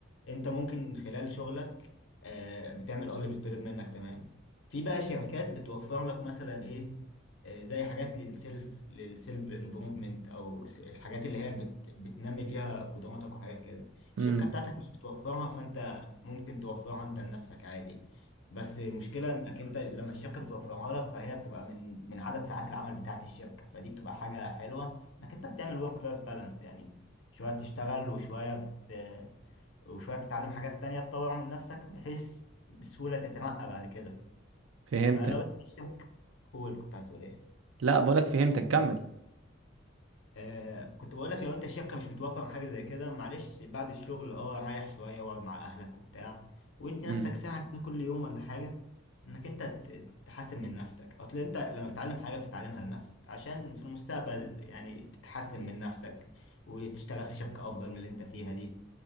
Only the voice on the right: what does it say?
امم
فهمتك
لا بقولك فهمتك كمل
امم